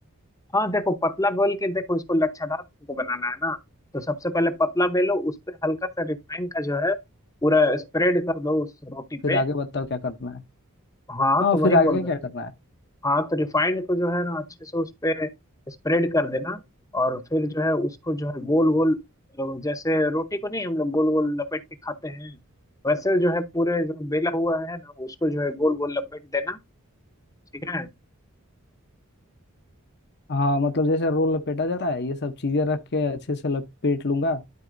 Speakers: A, on the left; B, on the left.
A: हाँ देखो पतला बेल के देखो इसको लच्छादार तुमको बनाना है ना तो सबसे पहले पतला बेलो उस पे हल्का सा रिफाइंड का जो है पूरा स्प्रेड कर दो उस रोटी
B: फिर
A: पे
B: आगे बताओ क्या करना है
A: हाँ
B: हाँ
A: तो वही
B: फिर आगे
A: बोल रहा
B: क्या
A: हूँ
B: करना है
A: हाँ तो रिफाइंड को जो है ना अच्छे से उस पे स्प्रेड कर देना और फिर जो है उसको जो है गोल गोल अ, जैसे रोटी को नहीं हम लोग गोल गोल लपेट के खाते हैं वैसे जो है पूरे जो बेला हुआ है ना उसको जो है गोल गोल लपेट देना ठीक है
B: हाँ मतलब जैसे रोल लपेटा जाता है ये सब चीजें रख के अच्छे से लपेट लूंगा